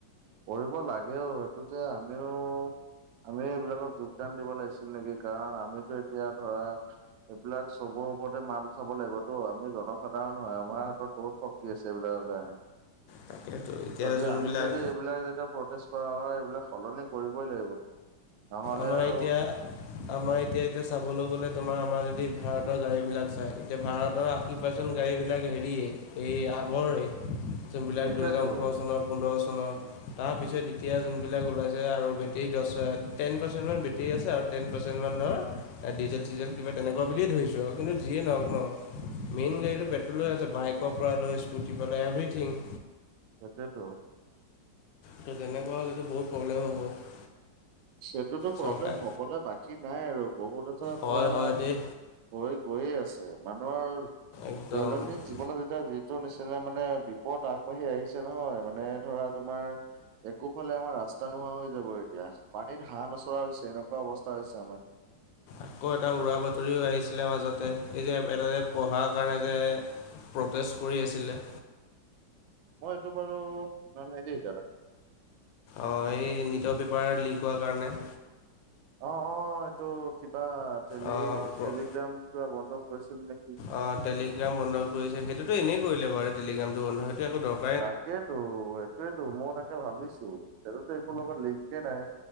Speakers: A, on the right (about 85°); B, on the left (about 75°).
A: কৰিব লাগেও এইটো যে আমিও, আমি এইবিলাকত যু দান দিব লাগিছিল নেকি, কাৰণ আমিতো এতিয়া ধৰা এইবিলাক চবৰ ওপৰতে মাত উঠাব লাগিবতো, আমি জনসাধাৰণ হয় আমাৰ হাতত বহুত শক্তি আছে এইবিলাকৰ কাৰণে,
B: তাকেতো এতিয়া
A: যদি
B: যোনবিলাক
A: আমি যদি এইবিলাক যেতিয়া প্ৰটেষ্ট কৰা হয় এইবিলাক সলনি কৰিবই লাগিব। নহ'লে
B: আমাৰ
A: আৰু
B: এতিয়া। আমাৰ এতিয়া এতিয়া চাবলৈ গলে তোমাৰ আমাৰ যদি ভাৰতৰ গাড়ী বিলাক চাই এতিয়া ভাৰতৰ আশী, তোন গাড়ীবিলাক হেৰিয়ে এই আগৰে, যোনবিলাক
A: সেইটোৱেতো
B: দুহেজাৰ ওঠৰ চনৰ পোন্ধৰ চনৰ, তাৰপিছত এতিয়া যোনবিলাক ওলাইছে আৰু বেটেৰী দশ হ টেন পাৰ্চেণ্টৰ বেট্ৰি আছে আৰু টেন পাৰ্চেণ্টমান ধ'ৰ, ডিজেল-চিজেল কিবা তেনেকুৱা বুলিয়ে ধৰিছোঁ। কিন্তু যিয়ে নহওক ন, মেইন গাড়ীটো পেট্ৰলে আছে বাইকৰ পৰা লৈ স্কুটিৰ পৰা লৈ এভৰিথিং।
A: সেইটোৱেইটো।
B: ত' তেনেকুৱা হ'লেতো বহুত প্ৰব্লেম হ'ব।
A: সেইটোতো প্ৰব্লেম
B: চৰকাৰ
A: হবলে বাকী নাই আৰু বহুত এটা
B: হয়
A: ধৰা
B: হয় দেই।
A: হৈ গৈয়ে আছে, মানুহৰ
B: একদম
A: দৈনন্দিন জীৱনত যেতিয়া যি নিচিনা মানে বিপদত আগবাঢ়ি আহিছে। ছে নহয় মানে ধৰা তোমাৰ একোফালে আমাৰ ৰাস্তা নোহোৱা হৈ যাব এতিয়া। পানীত হাঁহ নচৰা হৈছে এনেকুৱা অৱস্থা হৈছে আমাৰ।
B: আকৌ এটা উৰা বাতৰিও আহিছিলে মাজতে এই যে এটা যে পঢ়া কাৰণে যে, প্ৰটেষ্ট কৰি আছিলে।
A: মই এইটো বাৰু শুনা নাই দেই এতিয়ালৈকে।
B: অহ এই নিটৰ পেপাৰ লিক হোৱাৰ কাৰণে।
A: অ অ এইটো কিবা টেলি
B: অ' প্ৰ-
A: টেলিগ্ৰাম কিবা বন্ধ কৰিছিল নেকি।
B: অ টেলিগ্ৰাম বন্ধ কৰিছে সেইটোতটো এনেই কৰিলে বাৰু টেলিগ্ৰামটো বন্ধ সেইটো একো দৰকাৰ,
A: তাকেইেতো এইটোয়ো তো ময়ো তাকে ভাবিছো সেইটোতো একো লগত লিংকে নাই।